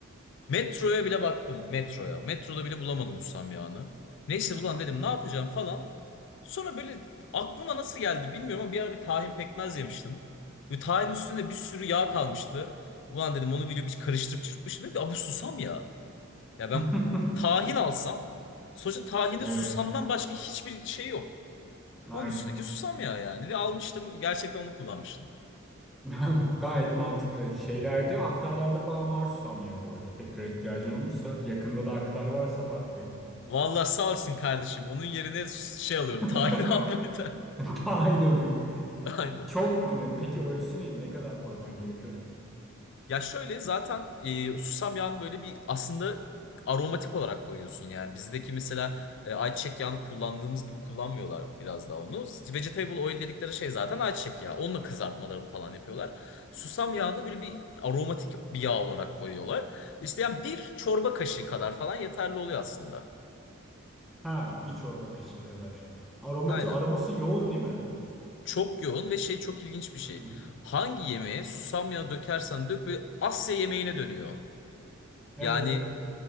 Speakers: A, on the left; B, in the centre.
A: Metroya bile baktım. Metroya. Metroda bile bulamadım susam yağını. Neyse ulan dedim ne yapacağım falan. Sonra böyle aklıma nasıl geldi bilmiyorum ama bir ara bir tahin pekmez yemiştim. Ve tahin üstünde bir sürü yağ kalmıştı. Ulan dedim onu video bir karıştırıp çırpmıştım. Dedim ki "Aa, bu susam ya. Ya ben
B: <laughs>
A: tahin alsam sonuçta tahinde
B: Evet
A: susamdan başka hiçbir şey yok.
B: aynen.
A: Onun üstündeki susam yağı yani. Ve almıştım gerçekten onu kullanmıştım.
B: <laughs> Gayet mantıklı. Şeylerde aktarlarda falan var Susam ya bu arada. Tekrar ihtiyacın olursa yakında da aktar varsa bak bir.
A: Vallahi sağ olsun kardeşim. Onun yerine sus- şey alıyorum.
B: <laughs>
A: Tahin <laughs> almayı da.
B: Tahin alıyorum.
A: <laughs> Aynen.
B: Çok peki ölçüsü neydi? Ne kadar koyman gerekiyordu?
A: Ya şöyle zaten e, susam yağını böyle bir aslında aromatik olarak koyuyorsun yani. Bizdeki mesela e, ayçiçek yağını kullandığımız gibi kullanmıyorlar biraz daha onu. Vegetable oil dedikleri şey zaten ayçiçek yağı. Onunla kızartmalarını falan yapıyorlar. Susam yağını böyle bir aromatik bir yağ olarak koyuyorlar. İşte yani bir çorba kaşığı kadar falan yeterli oluyor aslında.
B: Ha bir çorba kaşığı kadar. Aromatı
A: Aynen.
B: aroması yoğun değil mi?
A: Çok yoğun ve şey çok ilginç bir şey.
B: Hı hı.
A: Hangi yemeğe susam yağı dökersen dök böyle Asya yemeğine dönüyor.
B: Evet
A: Yani
B: evet.